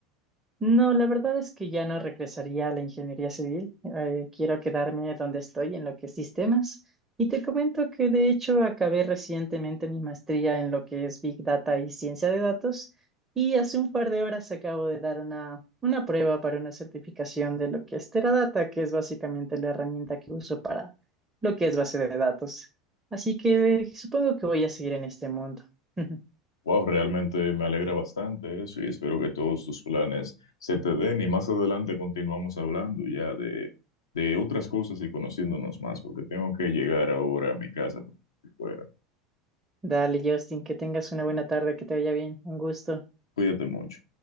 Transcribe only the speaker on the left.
Wow, realmente me alegra bastante eso y espero que todos tus planes se te den. Y más adelante continuamos hablando ya de, de otras cosas y conociéndonos más, porque tengo que llegar ahora a mi casa. porque fuera.
Cuídate mucho.